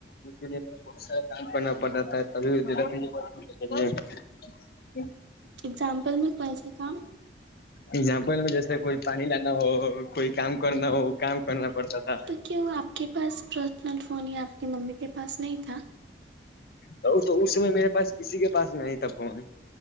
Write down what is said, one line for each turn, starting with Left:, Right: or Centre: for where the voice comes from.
Left: اسی لیے مے بہت سارا کام کرنا پڑ رہا تھا تبھی د <unintelligible>
Right: اگزامپل میں کونسا کام
Left: ایگزامپل میں جیسے کوئی پانی لانا ہو کوئی کام کرنا ہو کام کرنا پڑتا تھا
Right: تو کیوں آپ کے پاس پرسنل فون یا آپ کی ممی کے پاس نہیں تھا
Left: وہ تو اس سمے میرے پاس کسی کے پاس نہیں تھا فون